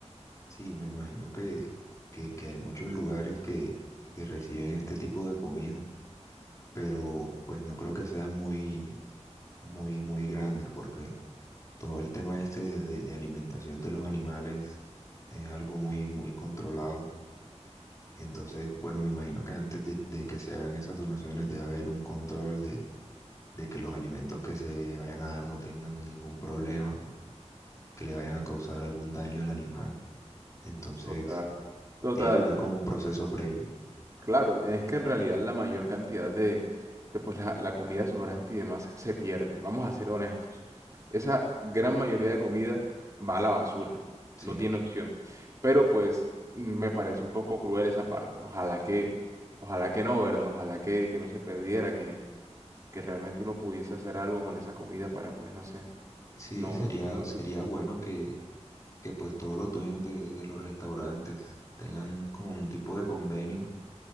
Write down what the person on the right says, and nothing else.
Total. Total,
Claro, es que en realidad la mayor cantidad de, de, pues la, la comida sobrante y demás se pierde. Vamos a ser honestos. Esa gran mayoría de comida va a la basura.
No tiene opción. Pero pues me parece un poco cruel esa parte. Ojalá que, ojalá que no, ¿verdad? Ojalá que, que no se perdiera, que, que realmente uno pudiese hacer algo con esa comida para, pues, no sé,
no,
no,
tu-